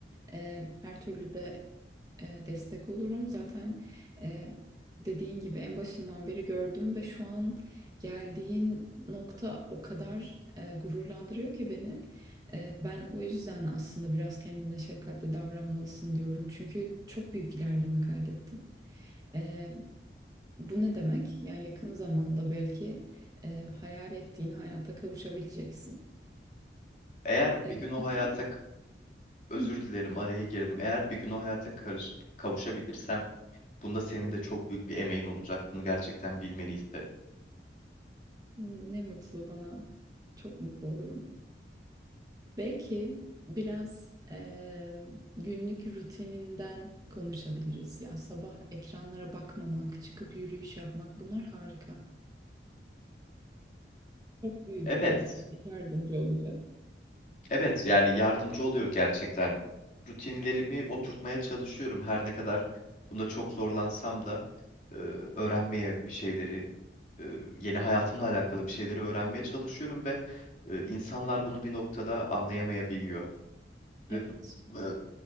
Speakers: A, on the right; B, on the left.
A: E, her türlü de e, destek olurum. Zaten e, dediğin gibi en başından beri gördüm ve şu an geldiğin nokta o kadar e, gururlandırıyor ki beni. E, ben o yüzden aslında biraz kendine şefkatli davranmalısın diyorum. Çünkü çok büyük ilerleme kaydettin. E, Bu ne demek? Yani yakın zamanda belki e, hayal ettiğin hayata kavuşabileceksin.
B: Eğer
A: E,
B: bir gün o
A: peki,
B: hayata Özür
A: Hı,
B: dilerim araya girdim. Eğer bir gün o hayata karış kavuşabilirsem bunda senin de çok büyük bir emeğin olacak. Bunu gerçekten bilmeni isterim.
A: ne mutlu bana. Çok mutlu olurum. Belki biraz e, günlük rutininden konuşabiliriz. Ya sabah ekranlara bakmamak, çıkıp yürüyüş yapmak bunlar harika. Çok büyük
B: Evet.
A: e, yardımcı olacak.
B: Evet yani yardımcı oluyor gerçekten. Rutinlerimi oturtmaya çalışıyorum her ne kadar bunda çok zorlansam da e, öğrenmeye bir şeyleri e, yeni hayatımla alakalı bir şeyleri öğrenmeye çalışıyorum ve e, insanlar bunu bir noktada anlayamayabiliyor
A: Evet.
B: ve bu e,